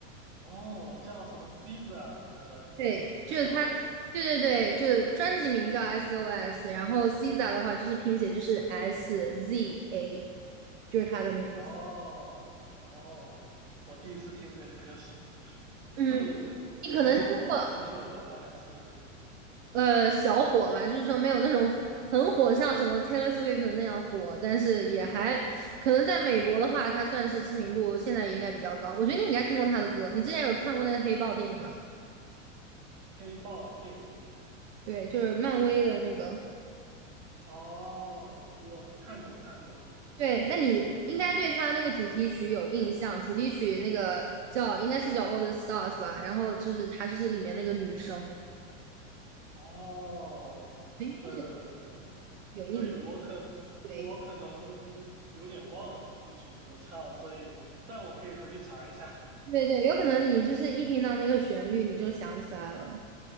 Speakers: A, on the right; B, on the right.
A: 哦，叫什么 Caesar 的
B: 对，就是它，
A: SOS。
B: 对对对，就是专辑名叫 SOS，然后 SZA 的话就是拼写就是 S Z A，就是它的名字。
A: 哦哦，我第一次听这个歌手，<laughs>
B: 嗯，
A: 是已经火了很久了吗？
B: 你可能听过
A: 还是
B: 呃小火吧，就是说没有那种很火，像什么 Taylor Swift 那样火，但是也还可能在美国的话，它算是知名度现在也应该比较高。我觉得你应该听过他的歌，你之前有看过那个黑豹电影吗？
A: 黑豹电影？
B: 对，就是漫威的那个。
A: 哦，我看过看过。
B: 对，那你应该对他那个主题曲有印象，主题曲那个叫应该是叫《All the Stars》吧，然后就是他就是里面那个女生，
A: 哦，
B: 诶
A: 呃，
B: 有印，
A: 对，我可我可能有点忘了主题曲怎么唱，
B: 对
A: 所以但我可以回去查一下。<laughs>
B: 对对，有可能你就是一听到那个旋律你就想起来了，